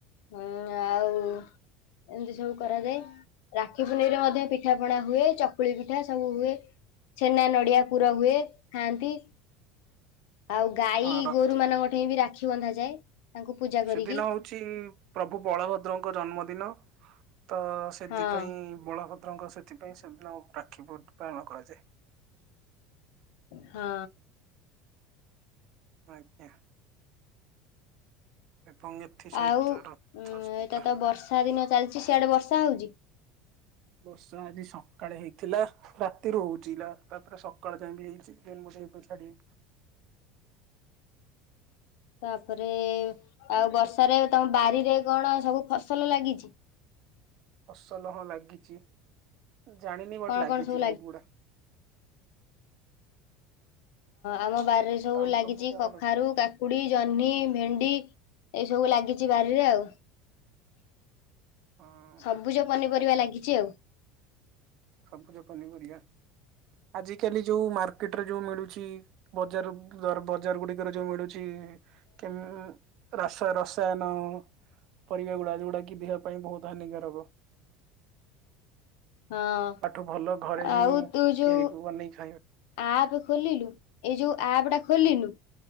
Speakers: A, on the left (about 70°); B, on the right (about 45°).
A: ହୁଁ ଆଉ। ଏମିତି ସବୁ କରାଯାଏ ରାକ୍ଷୀ ପୁନୀରେ ମଧ୍ୟ ପିଠା ପଣା ହୁଏ ଚକୁଳି ପିଠା ସବୁ ହୁଏ। ଛେନା ନଡିଆ ପୁର ହୁଏ ଖାଆନ୍ତି ଆଉ। ଗାଈ
B: ହଁ ରଥ
A: ଗୋରୁ ମାନଙ୍କ ଠାଇ ବି ରାକ୍ଷୀ ବନ୍ଧାଯାଏ ତାଙ୍କୁ ପୂଜା।
B: ସେଦିନ
A: କରିକି
B: ହଉଛି ପ୍ରଭୁ ବଳଭଦ୍ରଙ୍କ ଜନ୍ମଦିନ ତ ସେଥିପାଇଁ
A: ହଁ
B: ବଳଭଦ୍ରଙ୍କ ସେଥିପାଇଁ ସେଦିନ ରାକ୍ଷୀ ପାଳନ କରାଯାଏ।
A: ହଁ।
B: ଆଜ୍ଞା। <unintelligible>
A: ଆଉ
B: ରଥଯାତ୍ରା।
A: ଏଇଟା ତ ବର୍ଷା ଦିନ ଚାଲିଛି ସିଆଡେ ବର୍ଷା ହଉଛି।
B: ବର୍ଷା ଆଜି ସକାଳେ ହେଇଥିଲା ରାତିରୁ ହଉଛି ତାପରେ ସକାଳ ଯାଏ ବି ହେଇଛି। <unintelligible>
A: ତାପରେ। ଆଉ ବର୍ଷାରେ ତମ ବାରିରେ କଣ ସବୁ ଫସଲ ଲାଗିଛି।
B: ଫସଲ ହଁ ଲାଗିଛି ଜାଣିନି ବଟ୍
A: କଣ
B: ଲାଗିଛି
A: କଣ ସବୁ
B: ବହୁତ ଗୁଡା।
A: ଆମ ବାରିରେ ସବୁ
B: ଆଉ
A: ଲାଗିଛି
B: କଣ
A: କଖାରୁ କାକୁଡି କୁକୁଡ଼ି ଜହ୍ନି ଭେଣ୍ଡି ଏସବୁ ଲାଗିଛି ବାରିରେ ଆଉ।
B: ହଁ
A: ସବୁଜ ପନିପରିବା ଲାଗିଛି ଆଉ।
B: ସବୁଜ ପନିପରିବା। ଆଜି କାଲି ଯୋଉ ମାର୍କେଟରେ ଯୋଉ ମିଳୁଛି ବଜାର ବଜାର ଗୁଡିକ। ଯୋଉ ମିଳୁଛି କେମି ରସାୟନ। ପରିବା ଗୁଡାକଯୋଉଡା କି ଦେହ ପାଇଁ ବହୁତ ହାନିକାରକ
A: ହଁ
B: ତାଠୁ ଭଲ ଘରେ ହିଁ
A: ଆଉ ତୁ ଯୋଉ
B: ତିଆରି ବନେଇକି ଖାଇବେ
A: ଆପ ଖୋଲିଲୁ ଏଇ ଯୋଉ ଆପ୍ ଟା ଖୋଲିଲୁ